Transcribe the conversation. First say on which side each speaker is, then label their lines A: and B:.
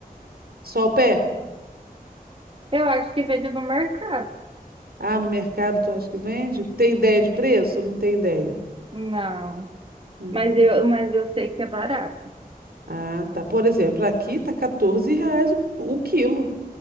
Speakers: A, on the right (about 80°); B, on the right (about 35°).
A: Só o pé?
B: Eu acho que vende no mercado.
A: Ah, no mercado tu acha que vende? Tem ideia de preço? Não tem ideia.
B: Não,
A: Hum,
B: mas
A: tu
B: eu,
A: não-
B: mas eu sei que é barato.
A: Ah, tá. Por exemplo, aqui tá 14 reais o, o quilo.